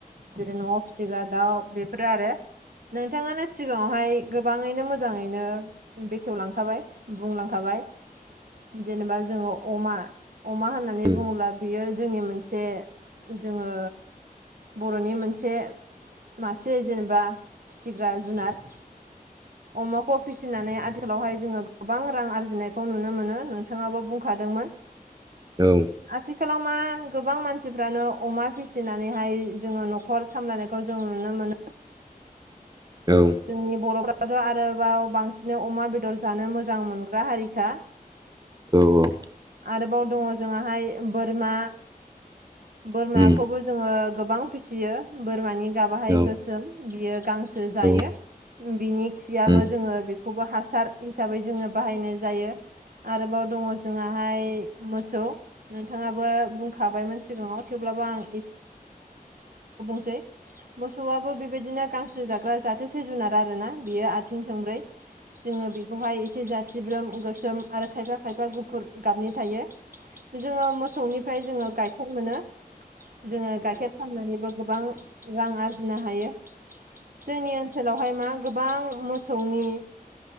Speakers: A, on the right; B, on the right.
A: जेरै न'आव फिसिग्रा दाउ बेफोरो आरो नोंथाङानो सिगाङावहाय गोबाङैनो मोजाङैनो बेखेवलांखाबाय बुंलांखाबाय जेनेबा जोङो अमा अमा होननानै
B: उम
A: बुङोब्ला बियो जोंनि मोनसे। जोङो बरनि मोनसे मासे जेनेबा फिसिग्रा जुनार। अमाखौ फिसिनानै आथिखालावहाय जोङो। गोबां रां आरजिनायखौ नुनो मोनो नोंथाङाबो बुंखादोंमोन।
B: औ
A: आथिखालाव मा गोबां मानसिफ्रानो अमा फिसिनानैहाय जोङो नख खर सामलायनायखौ जों नुनो मोनो।
B: औ
A: जोंनि बरफ्राथ आरोबाव बांसिन अमा बेदर जानो मोजां मोनग्रा हारिखा।
B: औ औ
A: आरोबाव दङ जोंआहाय बोरमा बोरमाखौबो।
B: उम
A: जोङो गोबां फिसियो बोरमानि गाबाहाय
B: औ
A: गोसोम बियो गांसो
B: औ
A: जायो। बिनि खियाबो
B: उम औ
A: जोङो बेखौबो हासार हिसाबै जोङो बाहायनाय जायो। आरोबाव दङ जोंहाहाय मोसौ। नोंथाङाबो बुंखाबायमोन सिगाङाव थेवब्लाबो आं एसे मोसौआबो बेबायदिनो गांसो जाग्रा जाथोसे जुनार आर ना बियो आथिं थंब्रै। जोङो बेखौहाय एसे जाथिब्रोम गोसोम आरो खायफा खायफा गुफुर गाबनि थायो जोङो मोसौनिफ्राय जोङो गाइखेर मोनो। जोङो गाइखेर फाननानैबो गोबां रां आरजिनो हायो जोंनिओ नसेलावहाय मा गोबां मोसौनि।